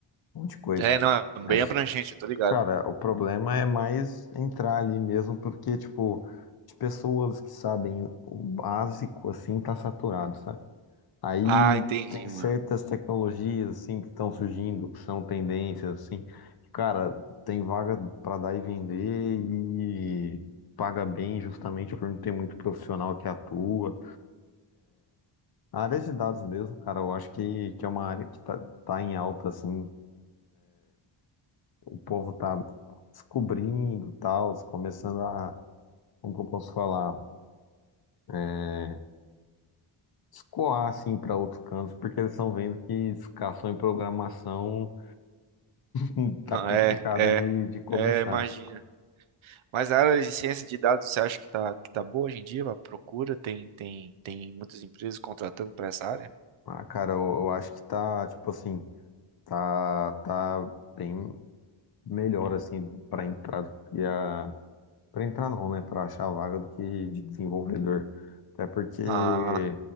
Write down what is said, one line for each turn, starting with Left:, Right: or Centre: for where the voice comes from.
Left: um monte de coisa.
Right: É, não, é
Left: Mas,
Right: bem abrangente, eu tô ligado.
Left: cara, o problema é mais entrar ali mesmo, porque, tipo, de pessoas que sabem o básico, assim, tá saturado, sabe? Aí
Right: Ah, entendi,
Left: tem
Right: mano.
Left: certas tecnologias assim que estão surgindo, que são tendências assim, que, cara, tem vaga para dar e vender e paga bem justamente por não ter muito profissional que atua. A área de dados mesmo, cara, eu acho que, que é uma área que tá, tá em alta assim, o povo tá descobrindo e tal, começando a, como que eu posso falar, é, escoar assim para outros cantos, porque eles estão vendo que ficar só em programação Hum, Tá
Right: Não,
Left: complicado
Right: é, é,
Left: de, de começar.
Right: é, imagina. Mas a área de ciência de dados, você acha que tá, que tá boa hoje em dia? A procura tem, tem, tem muitas empresas contratando para essa área?
Left: Ah, cara, eu, eu acho que tá, tipo assim, tá, tá bem melhor, assim, pra entrar do que a. Pra entrar não, né? Pra achar a vaga do que de desenvolvedor. Até porque,
Right: Ah,